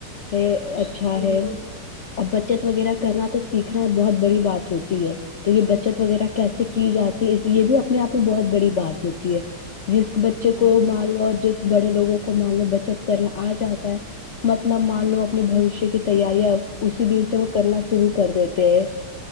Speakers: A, on the left (about 80°); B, on the right (about 70°).
A: یہ
B: جی
A: اچھا
B: بالکل
A: ہے اب بچت وغیرہ کرنا تو سیکھنا بہت بڑی بات ہوتی ہے تو یہ بچت وغیرہ کیسے کی جاتی ہے اس یہ بھی اپنے آپ میں بہت بڑی بات ہوتی ہے جس بچے
B: بالکل
A: کو مار لو اور جس بڑے لوگوں کو مان لو بچت کرنا آ جاتا ہے مطلب مان لو اپنے بوشیہ کی تیاریاں اسی دن سے وہ کرنا شروع کر دیتے ہیں